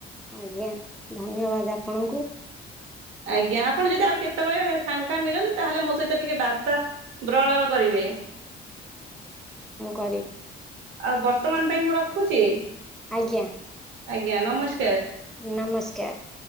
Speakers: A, in the centre; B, on the right (about 85°).
A: ଆଜ୍ଞା ।ଧନ୍ୟବାଦ, ଆପଣଙ୍କୁ।
B: ଆଜ୍ଞା। ଆପଣ ଯଦି ଆଉ କେତେବେଳେ, ଫାଙ୍କା ମିଳନ୍ତି ।ତାହେଲେ ମୋ ସହିତ ଟିକେ ବାର୍ତା, ବ୍ରଣନ କରିବେ।
A: କରି
B: ଆଉ ବର୍ତ୍ତମାନ ପାଇଁ ମୁଁ ରଖୁଛି?
A: ଆଜ୍ଞା
B: ଆଜ୍ଞା, ନମସ୍କ
A: ନମସ୍କାର ।